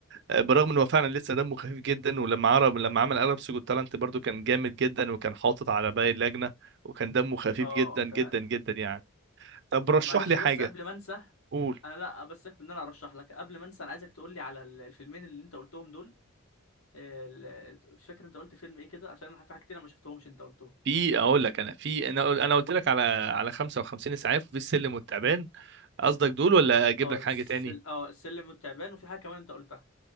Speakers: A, on the right; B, on the left.
A: آه، برغم ان هو فعلا لسه دمه خفيف جدا ولما عرب لما عمل عرب سجود تالنت برضو كان جامد جدا وكان حاطط على باقي اللجنه وكان دمه خفيف
B: اه
A: جدا
B: فعلا
A: جدا جدا يعني طب رشح
B: معلش
A: لي حاجه
B: بس قبل ما انسى
A: قول
B: انا لا بسك ان انا ارشح لك قبل ما انسى انا عايزك تقول لي على ال- الفيلمين اللي انت قلتهم دول ال- مش فاكر انت قلت فيلم ايه كده عشان أنا في حاجه كتير انا ما شفتهمش انت قلتهم
A: في اقول لك انا في انا قل- انا قلت لك على على 55 اسعاف وفي السلم والتعبان قصدك دول ولا اجيب
B: اه
A: لك حاجه
B: السل...
A: تاني
B: اه السلم والتعبان وفي حاجه كمان انت قلتها